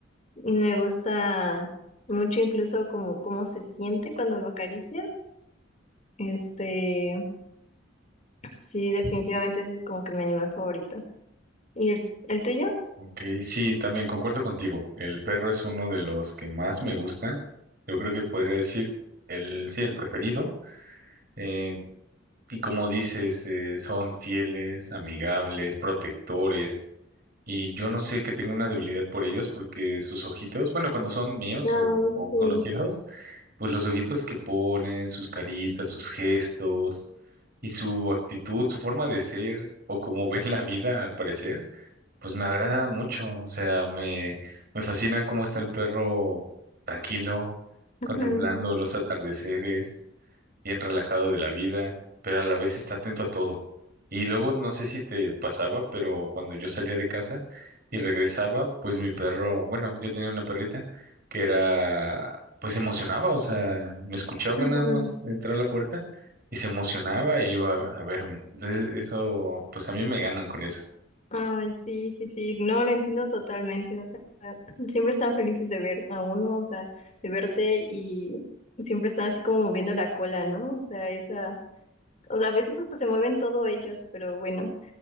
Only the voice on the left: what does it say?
y me gusta mucho incluso como cómo se siente cuando lo acaricias. Este, sí, definitivamente ese es como que mi animal favorito. ¿Y el, el tuyo?
Ay,
sí.
Mm,
ujú.
Ay, sí, sí, sí, no, lo entiendo totalmente, o sea, siempre están felices de ver a uno, o sea, de verte y siempre están así como moviendo la cola, ¿no? O sea, esa, o sea, a veces hasta se mueven todos ellos, pero bueno,